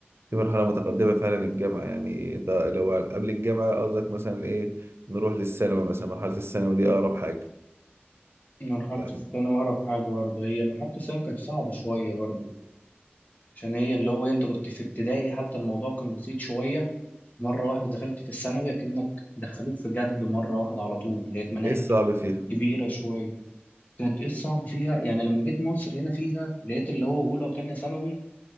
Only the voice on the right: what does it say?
دي مرحلة متقدمة فعلا الجامعة يعني ده لو قبل الجامعة قصدك مثلا ايه نروح للثانوي مثلا مرحلة الثانوي دي اقرب حاجة
يعني
ايه
الصعب فيها